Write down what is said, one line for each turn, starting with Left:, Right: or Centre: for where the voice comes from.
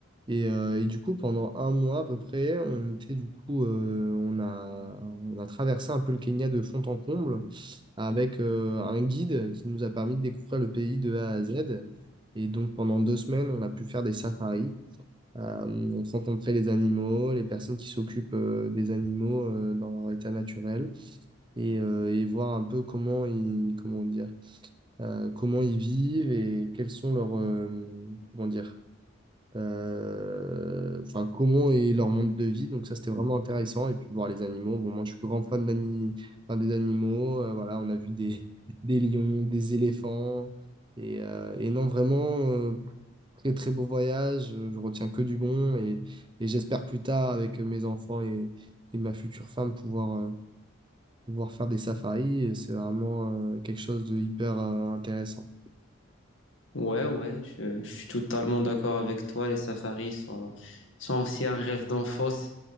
Right: Et, euh, et du coup, pendant un mois à peu près, on était du coup, euh, on a, on a traversé un peu le Kenya de fond en comble avec euh, un guide qui nous a permis de découvrir le pays de A à Z. Et donc pendant deux semaines, on a pu faire des safaris. Euh, on rencontrait les animaux, les personnes qui s'occupent euh, des animaux euh, dans leur état naturel et, euh, et voir un peu comment ils, comment dire, euh, comment ils vivent et quels sont leurs, euh, comment dire, euh, enfin, comment est leur monde de vie. Donc ça, c'était vraiment intéressant. Et puis voir les animaux. Bon, moi, je suis grand fan d'ani- enfin, des animaux. Euh, voilà, on a vu des, <laughs> des lions, des éléphants. Et, euh, et non, vraiment, euh, très, très beau voyage. Je je retiens que du bon. Et, et j'espère plus tard, avec mes enfants et, et ma future femme, pouvoir, euh, pouvoir faire des safaris. C'est vraiment, euh, quelque chose de hyper, euh, intéressant.
Left: Ouais, ouais, je, je suis totalement d'accord avec toi. Les safaris sont, sont aussi un rêve d'enfance.